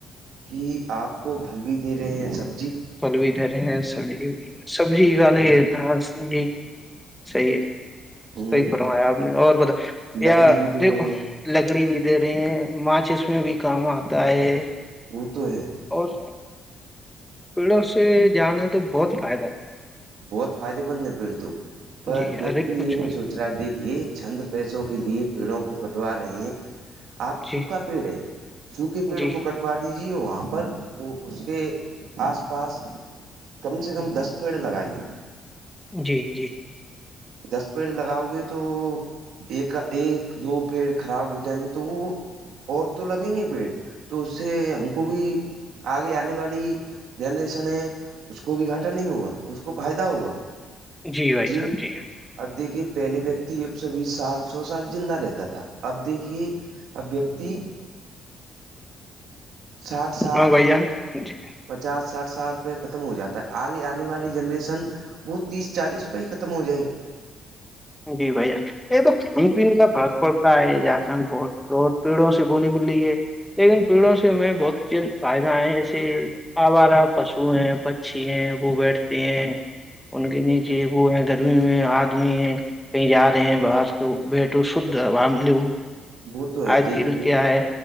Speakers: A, on the right; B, in the centre.
A: کہ آپ کو پھل بھی دے رہے ہیں سب
B: پھل بھی د رہے ہیں سبی بھی سبزی وال ہی ہ ج سی ہے
A: ہ
B: صحی پروایا آپ نے اور بتا
A: لکڑی
B: یا
A: بھی دے
B: دیکھو
A: رہے ہیں
B: لکڑی بھی دے رہے ہیں ماچس میں بھی کام آتا ہے
A: وہ تو ہے
B: اور پیڑوں سے جانے تو بہت فائدہ
A: بہت فائدے مند نہیں پیڑت
B: ہے
A: پر
B: جی
A: ویکتی
B: ارے کچھ
A: یہ نہیں سو چرا دیکھیے چھند پیسوں کے لیے پیڑوں کو کٹوا رہے ہیں آپ
B: جی
A: سوکھا پیڑ ہے سوکھے پیڑ
B: جی
A: کو کٹ کروا دیجیے وہاں پر اس کے آس پاس کم سے کم دس پیڑ لگائی
B: جی جی
A: دس پیڑ لگاؤ گے تو ایک ایک دو پیڑ خراب ہو جائیں گے تو وہ اور تو لگیں گے پیٹ تو اس سے ہم کو بھی آگے آنے والی جنریشن ہے اس کو بھی گھٹا نہیں ہوگا کو فائدہ ہوگا
B: جی بھائی
A: ج
B: صاحب جی
A: اب دیکھیے پہلے ویکتی ایک سو بیس سال سو سال زندہ رہتا تھا اب دیکھیے اب ویکتی ساٹھ سال
B: ہاں بھائی جان جی
A: پچاس ساٹھ سال پ ختم ہو جاتا ہے آگے آنے والی جنریشن سن وہ تیس چالیس پ ہی ختم ہو جائے گ
B: جی بھ جان یہ تو کھان پین کا فرق پڑتا ہے جار کنڈ بہت بت پیڑوں سے بولی مل رہی ہے لیکن پیڑوں سے ہم بہت فائدہ ہے ایسے ہمارا پشو ہیں پکچھی ہیں وہ بیٹھتے ہیں ان کے نیچے وہ ہیں گرمی میں آدمی ہیں کہیں جا رہے ہیں باہر تو بیٹو شھ ب لو
A: وہ تو ہے
B: آج
A: دیکھیے
B: کل کیا ہے